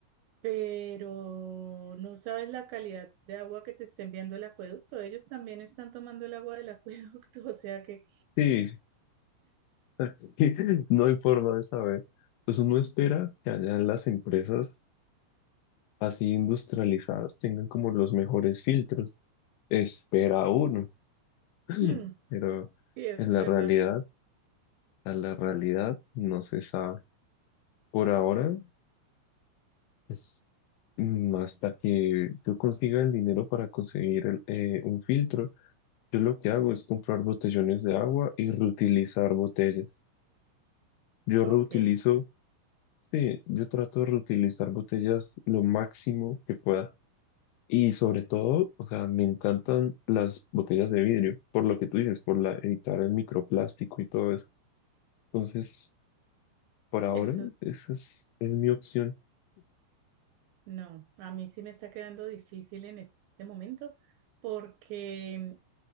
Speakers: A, on the right; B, on the left.
A: pero no sabes la calidad de agua que te está enviando el acueducto. Ellos también están tomando el agua del acueducto, <laughs> o sea que,
B: sí, <laughs> no hay forma de saber. Pues uno espera que allá las empresas así industrializadas tengan como los mejores filtros. Espera uno. <clears throat>
A: mm,
B: Pero
A: sí, es
B: en
A: verdad.
B: la realidad, a la realidad no se sabe. Por ahora, es mm, hasta que yo consiga el dinero para conseguir el, eh, un filtro, yo lo que hago es comprar botellones de agua y reutilizar botellas. Yo
A: Ok,
B: reutilizo, sí, yo trato de reutilizar botellas lo máximo que pueda. Y sobre todo, o sea, me encantan las botellas de vidrio, por lo que tú dices, por la, evitar el microplástico y todo eso. Entonces, por ahora,
A: eso
B: esa es, es mi opción.
A: no, a mí sí me está quedando difícil en este momento porque